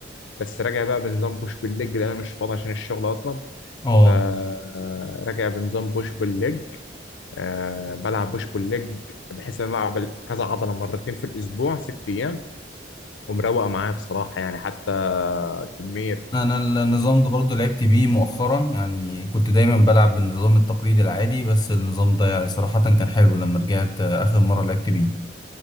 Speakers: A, on the left (about 80°); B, on the left (about 20°).
A: بس راجع بقى بنظام بوش بالليج لأن أنا مش فاضي عشان الشغل أصلا
B: اه
A: فراجع بنظام بوش بالليج أه بلعب بوش بالليج بحيث إن أنا ألعب كذا عضلة مرتين في الأسبوع ست أيام ومروقة معايا بصراحة يعني حتى كمية
B: انا النظام ده برضو لعبت بيه مؤخرا يعني كنت دايما بلعب بالنظام التقليدي العادي بس النظام ده يعني صراحة كان حلو لما رجعت آه، اخر مرة لعبت بيه